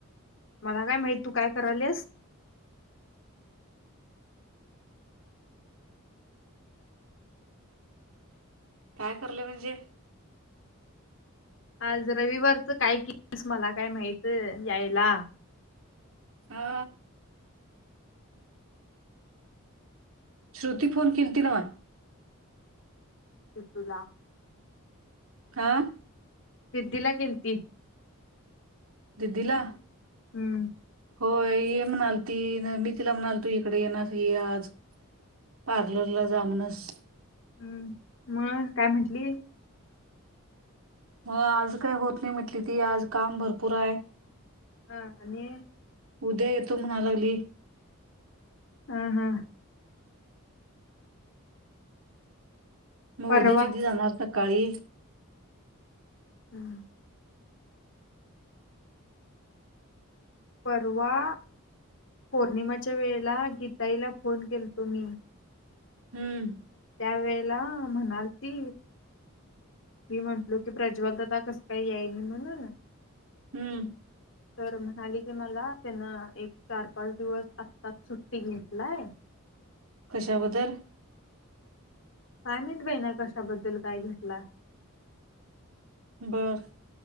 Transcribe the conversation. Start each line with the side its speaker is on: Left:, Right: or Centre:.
Left: मला काय माहित तू काय करालीस
Right: काय करलं म्हणजे
Left: आज रविवारचं काय कि तस मला काय माहित यायला
Right: हा श्रुती फोन कीलती न्हव
Left: तुला
Right: आ
Left: सिद्दीला कीलती
Right: सिद्धीला
Left: हम्म
Right: होय ये म्हणाल ती मी तिला म्हणाल तू इकडे येणा तर ये आज पार्लरला जा म्हणस
Left: हम्म मग काय म्हटली
Right: मग आज काय होत नाही म्हटली ती आज काम भरपूर आहे
Left: हा आणि
Right: उद्या येतो म्हणालागली
Left: हा हा
Right: मग
Left: परवा
Right: उद्या दिदी जाणार तर काळी
Left: हम्म परवा पौर्णिमाच्या वेळेला गीताईला फोन केलतो मी
Right: हम्म
Left: त्या वेळेला म्हणालती मी म्हंटलो की प्रज्वल दादा कसं काही याई नाही म्हणून
Right: हम्म
Left: तर म्हणाली की मला त्यांन एक चार पाच दिवस आत्ताच सुट्टी घेतलाय
Right: कशाबद्दल
Left: काय माहित बाई ना कशाबद्दल काय घेतला
Right: बर